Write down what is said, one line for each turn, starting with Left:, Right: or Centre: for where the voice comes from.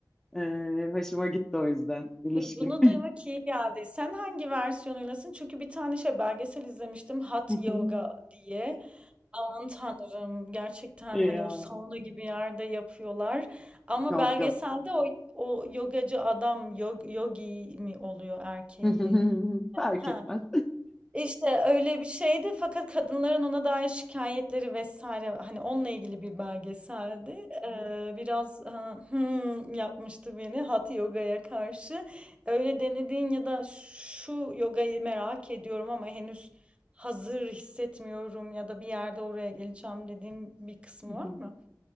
Centre: Ee, hoşuma gitti o yüzden ilişkin.
Right: Bu- Bunu duymak iyi geldi. Sen hangi versiyonuylasın? Çünkü bir tane şey belgesel izlemiştim. Hot
Centre: <laughs>
Right: Yoga diye. Aman tanrım gerçekten
Centre: Ya.
Right: hani o sauna gibi yerde yapıyorlar. Ama
Centre: Yok
Right: belgeselde
Centre: yok.
Right: o, o yogacı adam yog, yogi mi oluyor erkeği?
Centre: <laughs> Fark
Right: Ha,
Centre: etmez.
Right: işte öyle bir şeydi fakat kadınların ona dair şikayetleri vesaire hani onunla ilgili bir belgeseldi. Eee, biraz, aaa, hımm, yapmıştı beni Hatha Yoga'ya karşı. Öyle denediğin ya da şu yogayı merak ediyorum ama henüz hazır hissetmiyorum ya da bir yerde oraya geleceğim dediğin bir kısmı
Centre: <laughs>
Right: var mı?